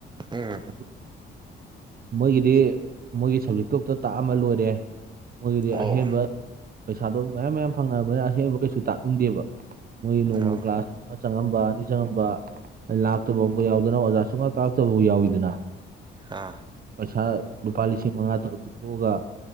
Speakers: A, on the right; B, on the right.
A: ꯑꯥ
B: ꯑꯗꯨ ꯃꯣꯏꯒꯤꯗꯤ ꯃꯣꯏꯒꯤ ꯁꯕꯖꯦꯛꯇꯛꯇ ꯇꯥꯛꯑꯃ ꯂꯣꯏꯔꯦ ꯃꯣꯏꯒꯤꯗꯤ
A: ꯑꯣ
B: ꯑꯍꯦꯟꯕ ꯄꯩꯁꯥꯗꯣ ꯃꯌꯥꯝ ꯃꯌꯥꯝ ꯐꯪꯉꯛꯑꯕꯅꯤꯅ ꯑꯍꯦꯡꯕ ꯀꯩꯁꯨ ꯇꯥꯛꯅꯤꯡꯗꯦꯕ ꯃꯣꯏ ꯅꯣꯡꯃ
A: ꯑꯣ
B: ꯀ꯭ꯂꯥꯁ ꯑꯃ ꯆꯪꯉꯝꯕ ꯑꯅꯤ ꯆꯪꯉꯝꯕ ꯂꯥꯛꯇꯕꯕꯨ ꯌꯥꯎꯗꯅ ꯑꯣꯖꯥ ꯁꯨꯡꯃ ꯀꯥꯔꯛꯇꯕꯕꯨ ꯌꯥꯎꯋꯤꯗꯅ
A: ꯑꯥ
B: ꯄꯩꯁꯥ ꯂꯨꯄꯥ ꯂꯤꯁꯤꯡ ꯃꯉꯥ ꯇꯔꯨꯛ ꯄꯤꯊꯣꯛꯑꯒ